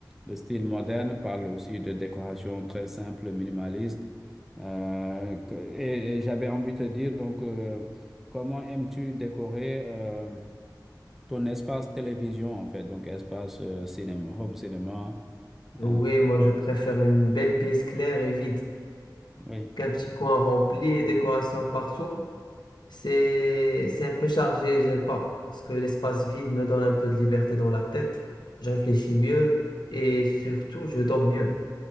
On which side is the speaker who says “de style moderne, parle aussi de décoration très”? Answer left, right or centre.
Centre